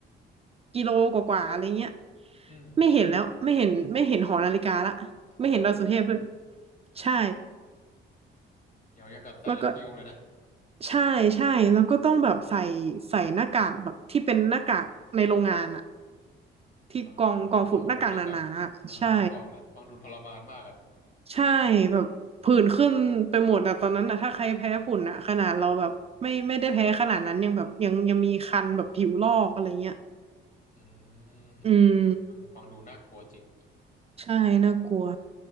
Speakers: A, on the right; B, on the left.
A: กิโลกว่าๆอะไรเงี้ย
B: อืม
A: ไม่เห็นแล้วไม่เห็นไม่เห็นหอนาฬิกาละไม่เห็นดาวสุเทพด้วย
B: โห
A: ใช่
B: เดี๋ยวยังกับไซเลน
A: แล้วก็
B: t h ฮิลเลยนะ
A: ใช่ใช่แล้วก็ต้องแบบใส่ใส่หน้ากากแบบที่เป็นหน้ากากในโรงงานอะที่กองกองฝุ่นหน้ากากหนาๆอะใช่
B: อ่าโอ้โหหน้ากากอ่านึกออกเลยฟังดูทรมานมากอ่ะ
A: ใช่แบบผื่นขึ้นไปหมดอะตอนนั้นอะถ้าใครแพ้ฝุ่นอะขนาดเราแบบไม่ไม่ได้แพ้ขนาดนั้นยังแบบยังยังมีคันแบบผิวลอกอะไรเงี้ย
B: อืมอืมเออฟังดูน่ากลัวจริง
A: อืมใช่น่ากลัว